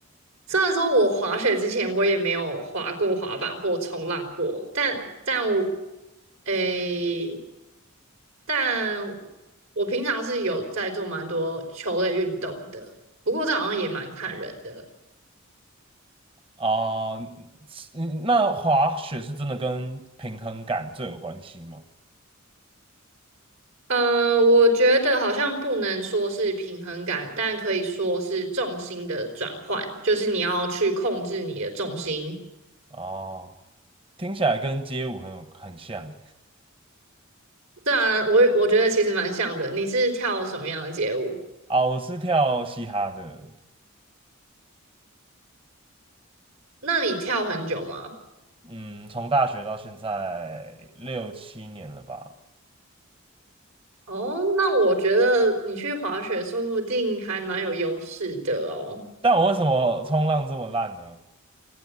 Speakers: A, on the right (about 75°); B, on the right (about 25°).
A: 虽然说我滑雪之前我也没有滑过滑板或冲浪过，但但我，诶，但我平常是有在做蛮多球类运动的，不过这好像也蛮看人的。
B: 哦？你那滑雪是真的跟平衡感最有关系吗？
A: 嗯、呃我觉得好像不能说是平衡感，但可以说是重心的转换，就是你要去控制你的重心。
B: 哦，听起来跟街舞很有很像。
A: 对啊，我我觉得其实蛮像的。你是跳什么样的街舞？
B: 啊、我是跳嘻哈的，
A: 那你跳很久吗？
B: 嗯，从大学到现在六七年了吧。
A: 哦，那我觉得你去滑雪说不定还蛮有优势的哦。
B: 但我为什么冲浪这么烂呢？